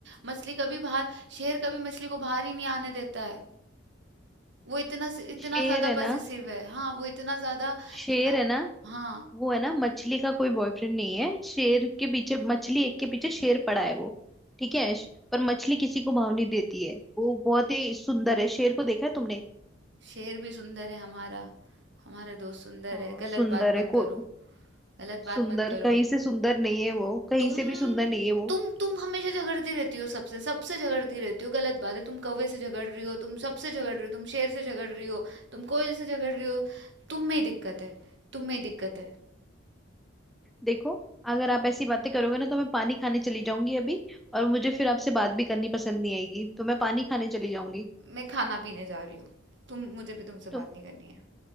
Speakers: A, on the right (about 55°); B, in the centre.
A: मछली कभी बाहर शेर कभी मछली को बाहर ही नहीं आने देता है वो इतना इतना
B: शेर
A: ज्यादा
B: है ना
A: पजेसिव है हाँ वो इतना ज्यादा
B: शेर
A: इतना
B: है ना
A: हाँ
B: वो है ना मछली का कोई बॉयफ्रेंड नहीं है शेर के पीछे मछली एक के पीछे शेर पड़ा है वो ठीक है पर मछली किसी को भाव नहीं देती है वो बहुत ही सुंदर है शेर को देखा है तुमने
A: शेर भी सुंदर है हमारा हमारा दोस्त सुंदर
B: हाँ
A: है गलत
B: सुंदर
A: बात
B: है
A: मत
B: को
A: करो गलत
B: सुंदर
A: बात मत करो
B: कहीं से सुंदर नहीं है वो कहीं
A: तुम
B: से भी सुंदर नहीं है वो
A: तुम तुम हमेशा झगड़ती रहती हो सबसे सबसे झगड़ती रहती हो गलत बात है तुम कौवे से झगड़ रही हो तुम सबसे झगड़ रही हो तुम शेर से झगड़ रही हो तुम कोयल से झगड़ रही हो तुम में ही दिक्कत है तुम में ही दिक्कत है
B: देखो अगर आप ऐसी बातें करोगे ना तो मैं पानी खाने चली जाऊंगी अभी और मुझे फिर आपसे बात भी करनी पसंद नहीं आएगी तो मैं पानी खाने चली जाऊंगी
A: मैं खाना पीने जा रही हूँ तुम मुझे भी तुमसे
B: तुम
A: बात नहीं करनी है